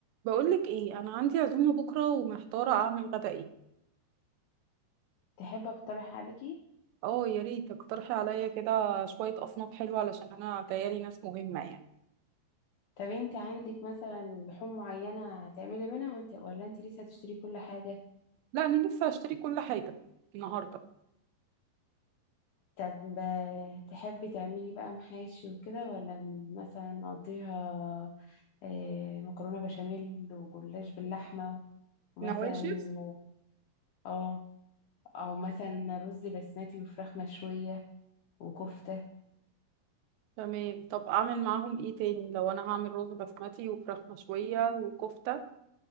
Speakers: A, on the right; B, on the left.
A: بقولك ايه انا عندي عزومه بكره ومحتاره اعمل غدا ايه
B: تحب اقترح عليكي
A: اه يا ريت تقترحي عليا كده شويه اصناف حلوه علشان انا جايالي ناس مهمه يعني
B: طب انت عندك مثلا لحوم معينة هتعملي منها وانت ولا انت لسه هتشتري كل حاجة
A: لا انا لسه هشتري كل حاجه النهارده
B: طب آه، تحبي تعملي بقى محاشي وكده ولا مثلا نقضيها آه، مكرونة بشاميل وجلاش باللحمة ومثلا
A: نواشف
B: اه او مثلا رز بسمتي وفراخ مشوية وكفتة
A: تمام طب اعمل معاهم ايه تاني لو انا هعمل رز بسمتي وفراخ مشويه وكفته